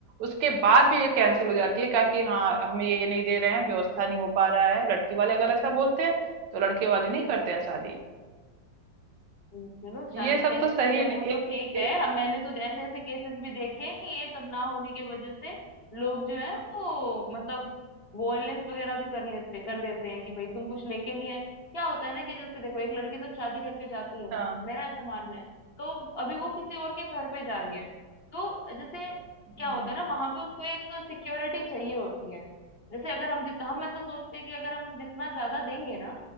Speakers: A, on the right; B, on the left.
A: उसके बाद भी ये कैंसिल हो जाती है क्या कि हाँ हम ये नहीं दे रहे हैं व्यवस्था नहीं हो पा रहा है लड़की वाले अगर ऐसा बोलते हैं तो लड़के वाले नहीं करते हैं शादी
B: हम्म, चलो शादी
A: ये सब
B: कैंसिल
A: तो सही
B: हो जाए वो
A: नहीं
B: तो
A: एक,
B: ठीक है
A: एक
B: अब मैंने तो ऐसे ऐसे केसेस भी देखे हैं कि ये सब ना होने की वजह से लोग जो है वो मतलब वॉयलेंस वगैरह भी कर लेते कर देते हैं कि भाई तुम कुछ लेके नहीं आए क्या होता है ना कि जैसे देखो एक लड़की जब शादी करके जाती है ना
A: हाँ
B: मेरा ऐसा मानना है तो अभी वो किसी और के घर पे जा रही है तो जैसे क्या
A: हम्म,
B: होता है ना वहां पे उसको एक सिक्योरिटी चाहिए होती है जैसे अगर हम जितना हम ऐसा सोचते हैं कि अगर हम जितना ज्यादा देंगे ना